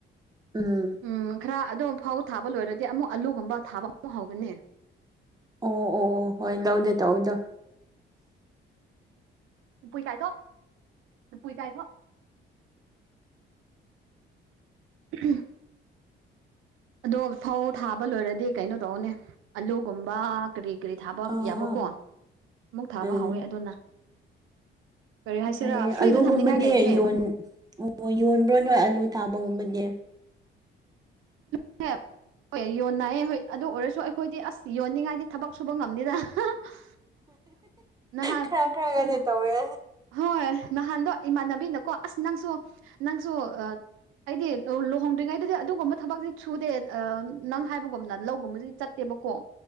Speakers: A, on the right (about 20°); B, on the right (about 85°).
A: ꯎꯝ
B: ꯎꯝ ꯈꯔ ꯑꯗꯣꯝ ꯐꯥꯎ ꯊꯥꯕ ꯂꯣꯏꯔꯗꯤ ꯑꯃꯨꯛ ꯑꯂꯨꯒꯨꯝꯕ ꯊꯥꯕ ꯑꯃꯨꯛ ꯍꯧꯒꯅꯤ
A: ꯑꯣ ꯑꯣ ꯑꯣ ꯍꯣꯏ ꯂꯧꯗ ꯇꯧꯕꯗꯣ
B: ꯄꯨꯏꯄꯨꯏꯀꯥꯏꯊꯣ <unintelligible> <unintelligible> ꯑꯗꯣ ꯐꯧ ꯊꯥꯕ ꯂꯣꯏꯔꯗꯤ ꯀꯩꯅꯣ ꯇꯧꯅꯦ ꯑꯂꯨꯒꯨꯝꯕ ꯀꯔꯤ ꯀꯔꯤ ꯊꯥꯕ
A: ꯑꯥ ꯑꯥ
B: ꯌꯥꯕꯀꯣ ꯑꯃꯨꯛ ꯊꯥꯕ
A: ꯎꯝ
B: ꯍꯧꯋꯦ ꯑꯗꯨꯅ ꯀꯔꯤ ꯍꯥꯏꯁꯤꯔꯥ
A: ꯐꯩꯌꯦ
B: ꯐ꯭ꯔꯤꯗ
A: ꯑꯂꯨꯒꯨꯝꯕꯗꯤ
B: ꯊꯝꯅꯤꯡꯉꯥꯏ ꯂꯩꯇꯦ
A: ꯌꯣꯟ ꯑꯣ ꯌꯣꯟꯕ꯭ꯔꯣ ꯅꯣꯏ ꯑꯂꯨ ꯊꯥꯕꯒꯨꯝꯕꯗꯤ
B: <unintelligible> ꯍꯣꯏ ꯌꯣꯟꯅꯥꯏꯌꯦ ꯍꯣꯏ ꯑꯗꯨ ꯑꯣꯏꯔꯁꯨ ꯑꯩꯈꯣꯏꯗꯤ ꯑꯁ ꯌꯣꯟꯅꯤꯡꯉꯥꯏꯗꯤ ꯊꯕꯛ ꯁꯨꯕ ꯉꯝꯗꯦꯗ <unintelligible> ꯅꯍꯥꯟ
A: ꯈꯔ ꯈꯔꯒꯗꯤ ꯇꯧꯋꯦ
B: ꯍꯣꯏ ꯅꯍꯥꯟꯗꯣ ꯏꯃꯥꯟꯅꯕꯤꯅꯀꯣ ꯑꯁ ꯅꯪꯁꯨ ꯅꯪꯁꯨ ꯑꯥ ꯑꯩꯗꯤ ꯂꯨꯍꯣꯡꯗ꯭ꯔꯤꯉꯩꯗꯗꯤ ꯑꯗꯨꯒꯨꯝꯕ ꯊꯕꯛꯇꯤ ꯁꯨꯗꯦ ꯑꯥ ꯅꯪ ꯍꯥꯏꯕꯒꯨꯝꯅ ꯂꯧꯒꯨꯝꯕꯗꯤ ꯆꯥꯠꯇꯦꯕꯀꯣ